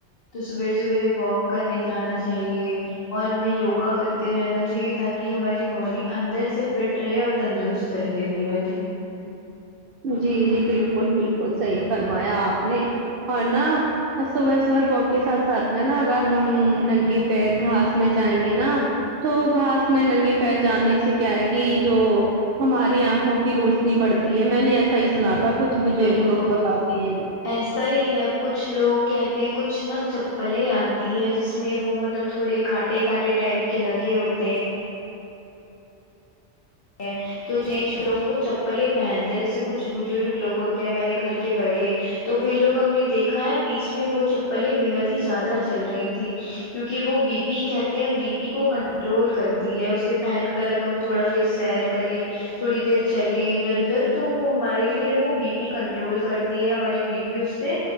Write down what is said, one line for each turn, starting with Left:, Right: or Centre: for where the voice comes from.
Left: تو سویر سویرے واک کرنے جانا چاہیے اور ہمیں یوگا کرتے رہنا چاہیے تاکہ ہماری باڈی اندر سے فٹ رہے اور تندرست رہے بےحد ہی
Right: جی جی بالکل بالکل صحیح فرمایا آپ نے اور نا اور صبح صبح واک کے ساتھ ساتھ میں نا اگر ہم ننگے پیر گھاس میں جائیں گے نا تو گھاس میں ننگے پیر جانے سے کیا ہے کی جو ہماری آنکھوں کی روشنی بڑھتی ہے میں نے ایسا ہی سنا تھا کچھ بزرگ
Left: بالکل
Right: لوگ بتاتے ہیں
Left: ایسا ہی ہے کچھ لوگ کہتے ہیں کچھ نا چپلیں آتی ہے جس میں وہ مطلب تھوڑے کانٹے کانٹے ٹائپ کے لگے ہوتے ہیں تو جنٹس لوگ وہ چپلیں پہنتے ہیں جیسے کچھ بزرگ لوگ ہوتے ہیں ہمارے گھر کے بڑے تو وہ لوگ ہم نے دیکھا ہے بیچ میں وہ چپلیں بےحد ہی زیادہ چل رہی تھی کیونکہ وہ بی پی کہتے ہیں بی پی کو کنٹرول کرتی ہے اسے پہن کر اگر ہم تھوڑا دیر سیر کریں تھوڑی دیر چلے ادھر ادھر تو وہ ہمارے لیے وہ بی پی کنٹرول کرتی ہے ہمارے بی پی اس سے